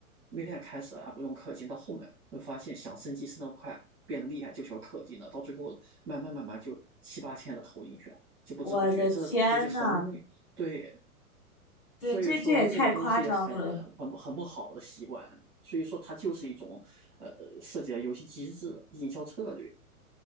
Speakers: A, on the right; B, in the centre.
A: 面开始啊不用氪金，到后面会发现想升级升得快，变得厉害就需要氪金了，到最后慢慢慢慢就七八千的投进去。就不知不觉这种东西很容易对，
B: 我的天呐，对，
A: 所以说这个东西很很不很不好的习惯，
B: 这这也太夸张了。
A: 所以说它就是一种呃设计的游戏机制、营销策略。